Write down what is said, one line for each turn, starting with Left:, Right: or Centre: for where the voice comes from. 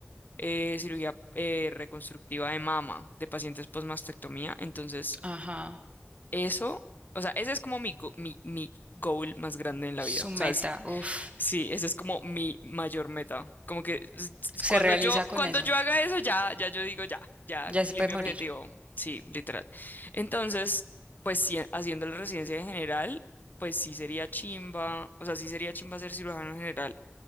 Left: eh, cirugía eh, reconstructiva de mama de pacientes postmastectomía. Entonces,
Right: ajá.
Left: eso, o sea, ese es como mi, go- mi, mi goal más grande en
Right: Su
Left: la vida.
Right: meta.
Left: O sea, si,
Right: Uf.
Left: Sí, esa es como mi mayor meta. Como que s- s-
Right: Se
Left: cuando
Right: realiza
Left: yo,
Right: con
Left: cuando
Right: eso.
Left: yo haga eso, ya, ya yo digo, ya, ya
Right: Ya
Left: cumplí
Right: se puede
Left: mi
Right: morir.
Left: objetivo. Sí, literal. Entonces, pues sí, haciendo la residencia en general, pues sí sería chimba, o sea, sí sería chimba ser cirujano general